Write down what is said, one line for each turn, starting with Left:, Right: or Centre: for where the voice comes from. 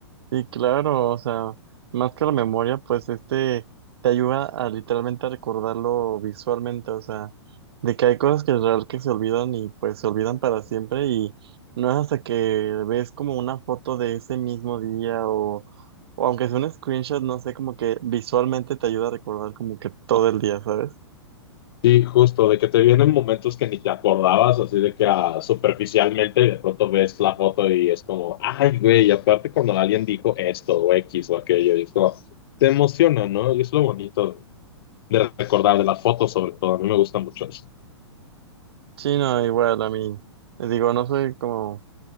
Right: Y claro, o sea, más que la memoria, pues este te ayuda a literalmente a recordarlo visualmente, o sea, de que hay cosas que es real que se olvidan y pues se olvidan para siempre y no es hasta que ves como una foto de ese mismo día o, o aunque sea un screenshot, no sé, como que visualmente te ayuda a recordar como que todo el día, ¿sabes?
Left: Sí, justo, de que te vienen momentos que ni te acordabas, así de que ah, superficialmente de pronto ves la foto y es como, ay, güey, y aparte cuando alguien dijo esto o X o aquello, y es como, te emociona, ¿no? Y es lo bonito. de recordar de las fotos, sobre todo. A mí me gusta mucho eso.
Right: Sí, no, igual a mí, les digo, no soy como